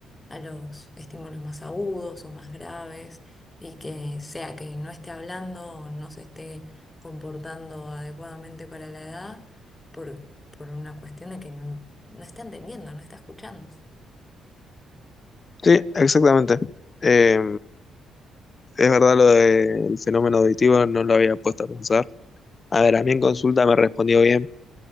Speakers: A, on the left; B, on the left.
A: a los estímulos más agudos o más graves y que sea que no esté hablando o no se esté comportando adecuadamente para la edad por, por una cuestión de que no, no está entendiendo, no está escuchando.
B: Sí, exactamente. Eh, es verdad lo del fenómeno auditivo, no lo había puesto a pensar. A ver, a mí en consulta me respondió bien,